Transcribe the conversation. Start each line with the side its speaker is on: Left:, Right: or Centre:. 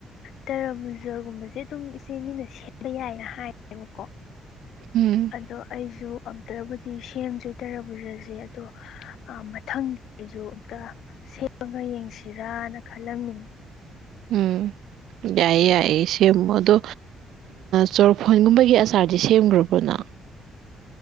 Left: ꯇꯔ ꯃꯨꯖꯔꯒꯨꯝꯕꯁꯦ ꯑꯗꯨꯝ ꯏꯆꯦ ꯃꯤꯅ ꯁꯦꯝꯕ ꯌꯥꯏꯅ ꯍꯥꯏꯌꯦꯕꯀꯣ
Right: ꯎꯝ
Left: ꯑꯗꯣ ꯑꯩꯁꯨ ꯑꯝꯇꯕꯨꯗꯤ ꯁꯦꯝꯖꯣꯏ ꯇꯔ ꯖꯁꯦ ꯑꯗꯣ ꯃꯊꯪ ꯑꯩꯖ ꯑꯝꯇ ꯁꯦꯝꯃꯒ ꯌꯦꯡꯁꯤꯔꯥꯅ ꯈꯜꯂꯝꯃꯤꯅꯤ
Right: ꯎꯝ ꯌꯥꯏ ꯌꯥꯏ ꯁꯃꯗ ꯆꯣꯔꯐꯣꯟꯒꯨꯝꯕꯒꯤ ꯑꯆꯥꯔꯗꯤ ꯁꯦꯝꯈ꯭ꯔꯕ꯭ꯔꯣꯅ